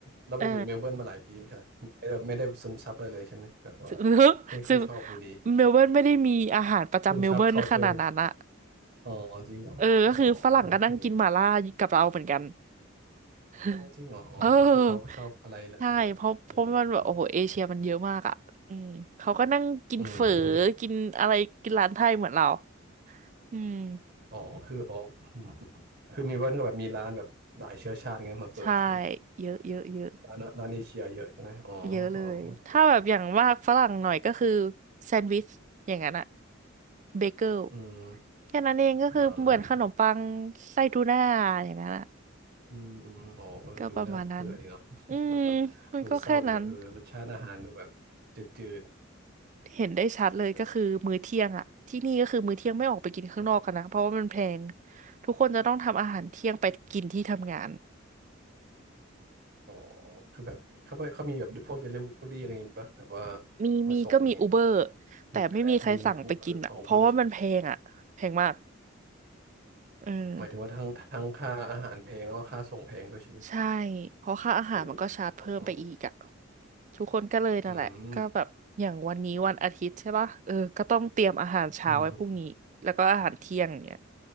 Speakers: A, on the right; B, on the right.
A: เราไปอยู่เมลเบิร์นมาหลายปีไม่ใช่เหรอไม่ได้ไม่ได้ซึมซับอะไรเลยใช่ไหมแบบว่า
B: เออ ซึ่ง <laughs>
A: ไม่ค่อยชอบอยู่ดี
B: ซึ่งเมลเบิร์นไม่ได้มีอาหารประจำเมลเบิร์นขนาดนั้นอะ
A: <laughs> ซึมซับ culture อ๋อจริงเหรออ๋อ
B: เออก็คือฝรั่งก็นั่งกินหม่าล่ากับเราเหมือนกัน
A: โอเค
B: <laughs>
A: โอ้จริงเหรออ๋อคือเขาก็ชอบอะไรแหละนี่เหรอเอออืม
B: เออใช่เพราะเพราะมันแบบโอ้โหเอเชียมันเยอะมากอ่ะอืมเขาก็นั่งกินเฝอ
A: อืม
B: กินอะไรกินร้านไทยเหมือนเราอืม
A: อ๋อคืออ๋ออืมคือมีว่าเนื้องแบบมีร้านแบบหลายเชื้อชาติเงี้ยมาเปิดใช่ไหม
B: ใช่เยอะเยอะเยอะ
A: ร้านร้านเอเชียเยอะใช่ไหมอ๋ออ๋อโอเค
B: เยอะเลยถ้าแบบอย่างว่าฝรั่งหน่อยก็คือแซนด์วิชอย่างนั้นอะเบเกิล
A: อืม
B: แค่นั้นเองก็คือเหมือนขนมปัง
A: อ่าเบเกอร์
B: ไส้ทูน่าอย่างนั้นอะ
A: อืมอืมอ๋อเออดูน่าเบื่อดีเนาะ
B: ก็ประมาณนั้น อืม
A: <laughs>
B: มันก็แค่นั้น
A: ดูเศร้าดีอะเออรสชาติอาหารดูแบบจืด
B: เห็นได้ชัดเลยก็คือมื้อเที่ยงอะ
A: ๆเออ
B: ที่นี่ก็คือมื้อเที่ยงไม่ออกไปกินข้างนอกกันนะ
A: นะครับ
B: เพราะว่ามันแพงทุกคนจะต้องทำอาหารเที่ยงไปกินที่ทำงาน
A: อ๋อคือแบบเขาไม่เขามีแบบพวกเดลิเวอรี่อะไรอย่างงี้ป่ะแบบว่า
B: มีมีก็มีอูเบอร์
A: มาส่งอะไรเงี้ย
B: แต่ไม่มีใครสั่งไปกินอะเพราะว่ามันแพงอะแพงมาก
A: มีแกร็บมีอูเบอร์ของอูเบอร์ใช่ไหม
B: อืม
A: หมายถึงว่าทั้งทั้งค่าอาหารแพงแล้วก็ค่าส่งแพงด้วยใช่ไหม
B: ใช่เพราะค่าอาหารมันก็ชาร์จเพิ่มไปอีกอะ
A: หรืออ๋อ
B: ทุกคนก็เลยนั่นแหละก็แบบอย่างวันนี้วันอาทิตย์ใช่ปะเออก็ต้องเตรียมอาหารเช้าไว้พรุ่งนี้แล้วก็อาหารเที่ยงเนี่ย
A: อืมอืม